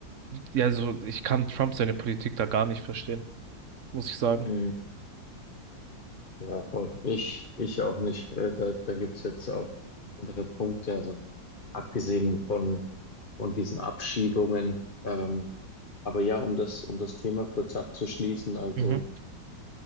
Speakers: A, on the right; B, on the left.
A: ja, also ich kann Trump seine Politik da gar nicht verstehen, muss ich sagen.
B: mhm. Ja, voll. Ich, ich auch nicht. Äh, Da, da gibt's jetzt auch andere Punkte. Also abgesehen von, von diesen Abschiebungen. Ähm, Aber ja, um das, um das Thema kurz abzuschließen, also
A: Mhm.